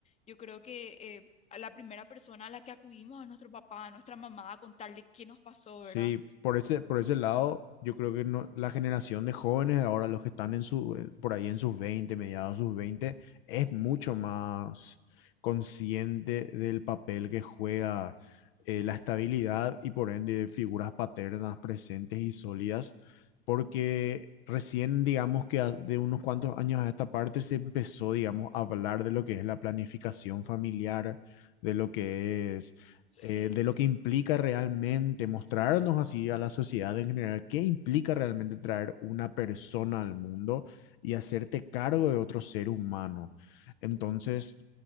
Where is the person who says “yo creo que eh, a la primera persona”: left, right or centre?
Left